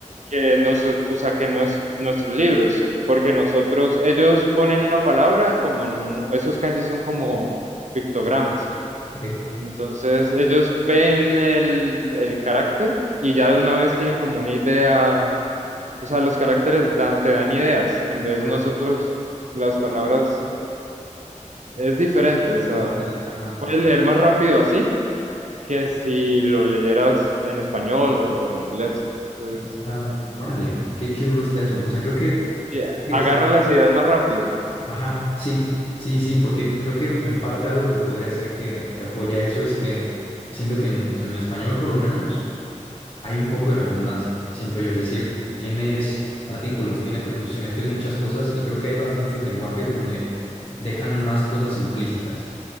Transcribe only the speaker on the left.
ok.
Ajá,
otra, ajá.
Eso Está, órale, qué, qué duro está eso. O sea, creo que
está interesante.
Ajá, sí, sí, sí, porque creo que en parte algo que podría hacer que, que apoya eso es que siento que en, o sea, en el español por lo menos. hay un poco de redundancia, siento yo. Es decir, tienes artículos, tienes preposiciones, tienes muchas cosas y creo que hay bastantes lenguajes donde dejan más cosas implícitas,